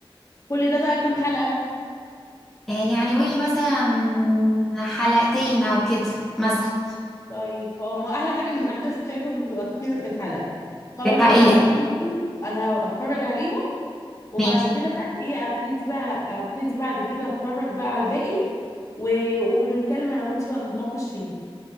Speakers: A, on the left; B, in the centre.
A: كل ده بقى كام حلقه
B: آه، يعني قولي مثلا حلقتين او كده مثلا
A: طيب هو ما احلى حاجه ان الاحداث بتاعتهم بتبقى كتيره في الحلقه خلاص
B: دي حقيقة
A: الحلقتين دول انا هتفرج عليهم وبعد
B: ماشي
A: كده بقى ايه ابتدي بقى ابتدي بعد كده اتفرج بقى على الباقي و... وبنتكلم انا وانتي ونتناقش فيه